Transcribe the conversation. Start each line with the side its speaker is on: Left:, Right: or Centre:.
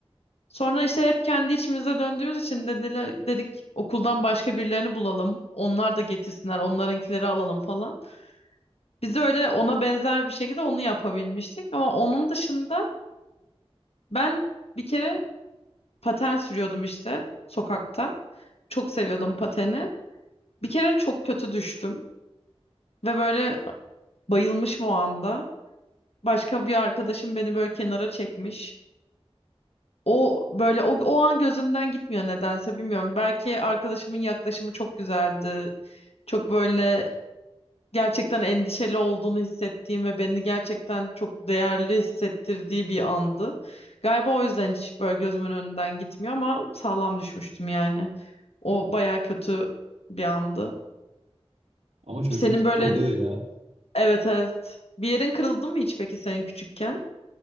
Left: Sonra işte hep kendi içimize döndüğümüz için dediler, dedik okuldan başka birilerini bulalım. Onlar da getirsinler, onlarınkileri alalım falan. Biz de öyle ona benzer bir şekilde onu yapabilmiştik. Ama onun dışında ben bir kere paten sürüyordum işte sokakta. Çok seviyordum pateni. Bir kere çok kötü düştüm ve böyle bayılmışım o anda. Başka bir arkadaşım beni böyle kenara çekmiş. O böyle o, o an gözümden gitmiyor nedense bilmiyorum. Belki arkadaşımın yaklaşımı çok güzeldi. Çok böyle gerçekten endişeli olduğunu hissettiğim ve beni gerçekten çok değerli hissettirdiği bir andı. Galiba o yüzden hiç böyle gözümün önünden gitmiyor ama sağlam düşmüştüm yani. O baya kötü bir andı.
Right: Ama çocuklukta
Left: Senin böyle
Right: oluyor ya.
Left: evet evet bir yerin kırıldı mı hiç peki senin küçükken?